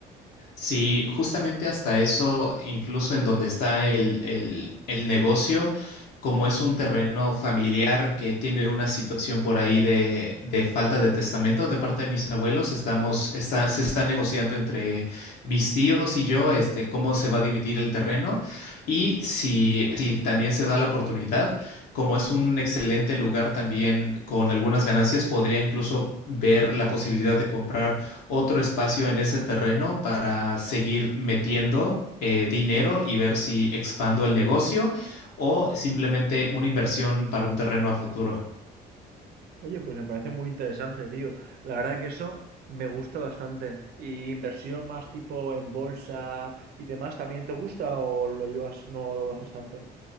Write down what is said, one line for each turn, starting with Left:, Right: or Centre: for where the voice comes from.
Left: Sí, justamente hasta eso, incluso en donde está el, el, el negocio, como es un terreno familiar que tiene una situación por ahí de, de falta de testamento de parte de mis abuelos, estamos, está, se está negociando entre mis tíos y yo, este, cómo se va a dividir el terreno y si, si también se da la oportunidad. Como es un excelente lugar también con algunas ganancias, podría incluso ver la posibilidad de comprar otro espacio en ese terreno para seguir metiendo eh, dinero y ver si expando el negocio o simplemente una inversión para un terreno a futuro.
Right: Oye, pues me parece muy interesante, tío. La verdad que eso me gusta bastante. ¿Y inversión más tipo en bolsa y demás también te gusta o lo llevas, no lo haces tanto?